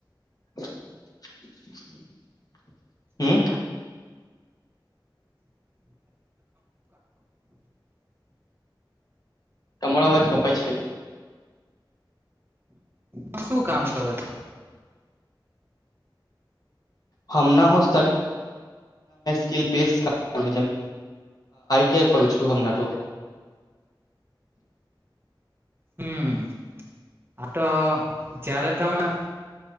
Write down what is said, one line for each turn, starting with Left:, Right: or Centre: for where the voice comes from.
Left: <inaudible> હમ તમારા અવાજ કપાય છે.
Right: હ શું કામ કરો છો.
Left: હમ હું સ પ જેમકેું છું.
Right: હમ આ તો જયારે તમે